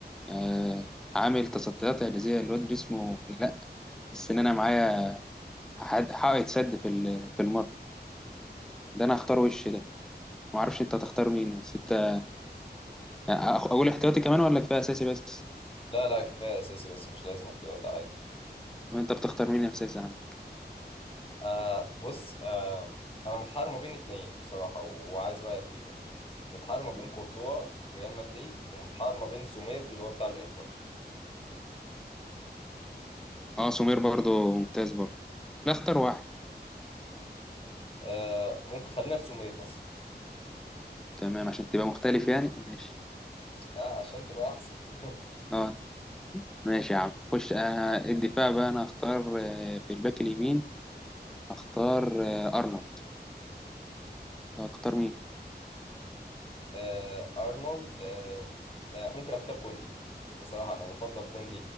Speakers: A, in the centre; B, on the left.
A: آه عامل تصديات إعجازية الواد جسمه لا السنانة معايا حد حائط سد في ال- في المرمى ده أنا هختار وش ده معرفش أنت هتختار مين بس أنت آه، أخ- أقول احتياطي كمان ولا كفاية أساسي بس
B: لا لا كفاية أساسي بس مش لازم احتياط عادي.
A: طب أنت بتختار مين أساسي عندك
B: آه بص آه انا متحير ما بين اتنين بصراحه وعايز رايك فيهم متحير ما بين
A: ماشي.
B: كورتوا ريال مدريد ومتحير ما بين سومير اللي هو بتاع الانتر
A: أه سمير برضو ممتاز برضو لا اختار واحد
B: آه ممكن خلينا في سومير مثلا
A: تمام عشان تبقى مختلف يعني ماشي
B: آه عشان تبقى احسن <laughs>
A: أه ماشي يا عم خش آه الدفاع بقى أنا هختار آه في الباك اليمين اختار آه، ارنولد طب هتختار مين
B: آه ارنولد آه آه ممكن اختار كوندي بصراحه انا بفضل كوندي